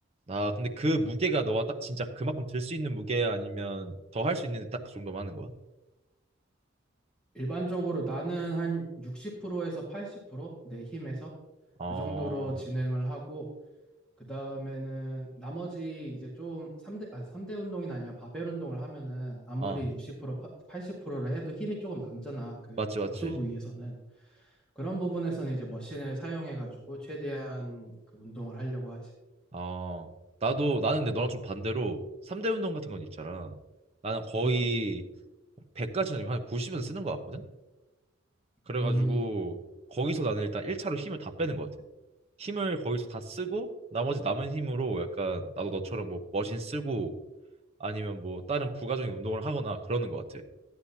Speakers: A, on the right; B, in the centre.
A: 아, 근데 그 무게가 너가 딱 진짜 그만큼 들 수 있는 무게 아니면 더 할 수 있는 딱 그 정도만 하는 거야?
B: 일반적으로 나는 한 60%에서 80%내 힘에서
A: 어.
B: 그 정도로 진행을 하고 그 다음에는 나머지 이제 좀 3대 아 삼대 운동이 아니라 바벨 운동을 하면은 아무리
A: 아,
B: 60% 80%를 해도 힘이 조금 남잖아. 그
A: 맞지, 맞지.
B: 국소 부위에서는 그런 부분에서는 이제 머신을 사용해 가지고 최대한 그 운동을 하려고 하지.
A: 아 나도 나는 근데 너랑 좀 반대로 3대 운동 같은 건 있잖아. 나는 거의
B: 음, 음.
A: 100까지는 아니고 한 90은 쓰는 것 같거든? 그래가지고
B: 음.
A: 거기서 나는 일단 1차로 힘을 다 빼는 것 같아. 힘을 거기서 다 쓰고 나머지 남은 힘으로 약간 나도 너처럼 뭐 머신 쓰고 아니면 뭐 다른 부가적인 운동을 하거나 그러는 것 같아.